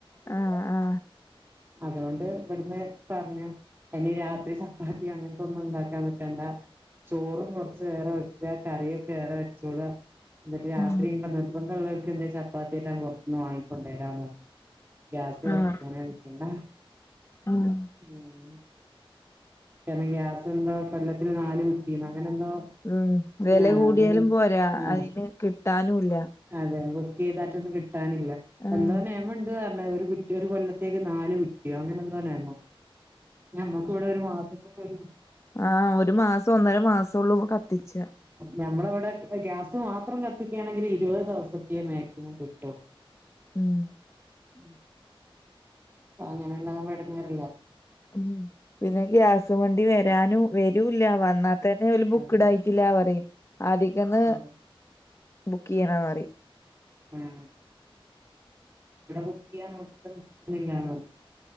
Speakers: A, on the left; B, on the right.
A: ആ ആ
B: അതുകൊണ്ട് ഇവിടുന്ന് പറഞ്ഞു ഇനി രാത്രി ചപ്പാത്തി അങ്ങനത്തെ ഒന്നും ഉണ്ടാക്കാൻ നിക്കണ്ട ചോറും കുറച്ച് ഏറെ കറിയൊക്കെ വേ റെ വെച്ചോള എന്നിട്ട് രാത്രി
A: ഉം
B: <unintelligible> നിർബന്ധവോളൊര് ചപ്പാത്തി എല്ലാം പുറത്തുനിന്ന് വാങ്ങിക്കൊണ്ട വരാന്ന് പറഞ്ഞ് ഗ്യാസ് കത്തിക്കാനേ
A: ആഹ്
B: നിക്കണ്ട
A: ഉം
B: മം കാരണം ഗ്യാസ് എന്തോ കൊല്ലത്തില് നാല് കുറ്റിന്ന് അങ്ങനെ എന്തോ
A: മം വില
B: ആഹ്
A: കൂടിയാലും
B: അങ്ങനെ
A: പോരാ
B: ആഹ്
A: അതിന് കിട്ടാനും ഇല്ല
B: അതെ ബുക്ക് ചെയ്താട്ടൊന്ന് കിട്ടാനില്ല
A: ആഹ്
B: എന്തോ നിയമുണ്ട് എന്ന് പറഞ്ഞ് ഒരു കുറ്റി ഒരു കൊല്ലത്തേക്ക് നാല് കുറ്റിയോ അങ്ങനെ എന്തോ നിയമം ഞമ്മക്ക് ഇവിടെ ഒരുമാസം സം വരും
A: ആ ഒരു മാസം ഒന്നര മാസവുള്ളൂ കത്തിച്ച
B: ഞമ്മളവ്ടെ ഗ്യാസ് മാത്രം കത്തിക്കാണെങ്കിൽ ഇരുപത് ദിവസതെക്ക് മാക്സിമം കിട്ടും
A: ഉം
B: ഉം അപ്പൊ അങ്ങനെണ്ടാമ്പോ ഇടങ്ങേറല്ലേ
A: ഉ പിന്നെ ഗ്യാസ് വണ്ടി വരാനും വരൂല്ല വന്നാ തന്നെ ഓരു ബുക്ക്ടായിട്ടില്ല
B: അതെ
A: പറയും ആദ്യക്കന്ന്
B: അതെ
A: ബുക്ക് ചെയണമറിയ്
B: ഉംഉ വ്ടെ ബുക്കെയ്യാൻ നോക്കിട്ടൊന്നും പറ്റു ന്നില്ലാണ്പറയ്